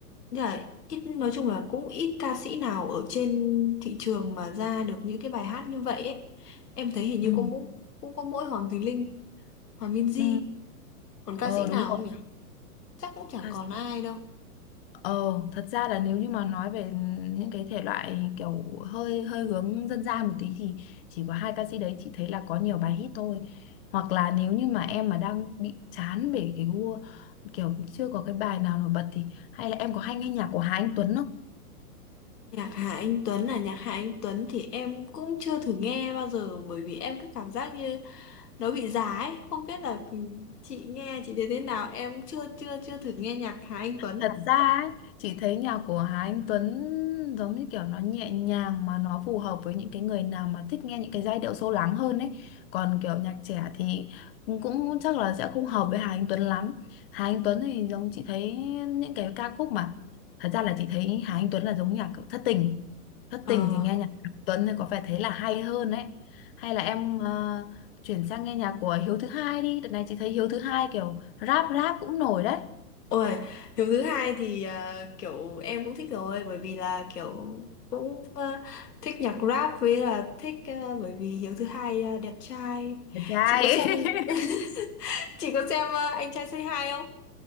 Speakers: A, on the left; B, on the left.
A: như là ít nói chung là cũng ít ca sĩ nào ở trên thị trường mà ra được những cái bài hát như vậy ấy em thấy hình như
B: Ừ.
A: cũng cũng có mỗi Hoàng Thùy Linh Hoàng Minzy
B: ừ.
A: Còn ca
B: ờ
A: sĩ nào
B: đúng rồi
A: không nhỉ? Chắc cũng chẳng
B: Ca-
A: còn ai đâu.
B: Ờ, thật ra là nếu như mà nói về những cái thể loại kiểu hơi hơi hướng dân gian một tí thì chỉ có hai ca sĩ đấy chị thấy là có nhiều bài hit thôi. Hoặc là nếu như mà em mà đang bị chán về cái gu kiểu chưa có cái bài nào nổi bật thì hay là em có hay nghe nhạc của Hà Anh Tuấn không?
A: Nhạc Hà Anh Tuấn là nhạc Hà Anh Tuấn thì em cũng chưa thử nghe bao giờ bởi vì em cứ cảm giác như nó bị già ấy. Không biết là chị nghe chị thấy thế nào. Em chưa chưa chưa thử nghe nhạc Hà Anh Tuấn.
B: Thật ra ấy, chị thấy nhạc của Hà Anh Tuấn giống như kiểu nó nhẹ nhàng mà nó phù hợp với những cái người nào mà thích nghe những cái giai điệu sâu lắng hơn ấy. Còn kiểu nhạc trẻ thì cũng, cũng chắc là sẽ không hợp với Hà Anh Tuấn lắm. Hà Anh Tuấn thì giống chị thấy những cái ca khúc mà thật ra là chị thấy Hà Anh Tuấn là giống nhạc kiểu thất tình. Thất
A: Ờ.
B: tình thì nghe nhạc Hà Anh Tuấn thì có vẻ thấy là hay hơn ấy. Hay là em ờ, chuyển sang nghe nhạc của Hiếu thứ hai đi. Đợt này chị thấy Hiếu thứ hai kiểu rap rap cũng nổi đấy.
A: Ôi, điều thứ hai thì à, kiểu em cũng thích rồi bởi vì là kiểu cũng à, thích nhạc rap với là thích à, bởi vì Hiếu thứ hai à, đẹp trai.
B: Đẹp trai
A: Chị có xem
B: <laughs>
A: <laughs> chị có xem à, anh trai Say Hi không?